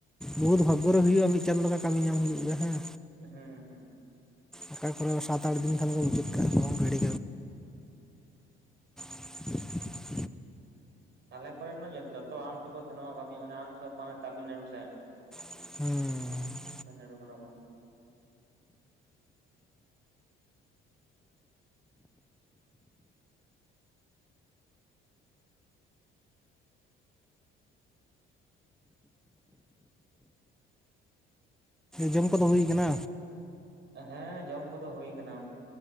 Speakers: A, in the centre; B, on the right.
A: ᱵᱚᱦᱩᱫ ᱵᱷᱟᱜᱜᱚ ᱨᱮ ᱦᱩᱭᱩᱜᱼᱟ ᱢᱤᱫ ᱪᱟᱫᱚᱸᱸ ᱞᱮᱠᱟ ᱠᱟᱹᱢᱤ ᱧᱟᱢ ᱦᱩᱭᱩᱜ ᱜᱮᱭᱟ ᱦᱮᱸ
B: ᱦᱮᱸᱻᱸ ᱦᱮᱸᱻ
A: ᱚᱠᱟ ᱠᱚᱨᱮ ᱥᱟᱛ ᱟᱴ ᱫᱤᱱ ᱠᱷᱟᱱ ᱠᱚ ᱢᱩᱡᱟᱹᱫ ᱠᱟᱜᱼᱟ ᱠᱚ ᱜᱷᱟᱹᱲᱤ
B: <inaudible>
A: <inaudible>
B: ᱟᱞᱮ ᱠᱚᱨᱮᱱ ᱢᱟ ᱡᱚᱛᱚ ᱟᱱ ᱛᱮᱠᱚ ᱥᱮᱱᱚᱜ ᱟ ᱠᱟᱹᱢᱤᱭᱟ ᱚᱱᱮ ᱟᱢᱥᱚᱟᱱᱮ ᱛᱟᱢᱤᱞᱱᱟᱹᱲᱩ ᱥᱮᱫ
A: ᱦᱮᱸ
B: ᱛᱟᱢᱤᱱᱞᱟᱰᱩ ᱠᱟᱱᱟ ᱠᱚ
A: ᱡᱚᱢ ᱠᱚᱫᱚ ᱦᱩᱭᱩᱠᱟᱱᱟ
B: ᱦᱮᱸ ᱡᱚᱢ ᱠᱚᱫᱚ ᱦᱩᱭ ᱠᱟᱱᱟ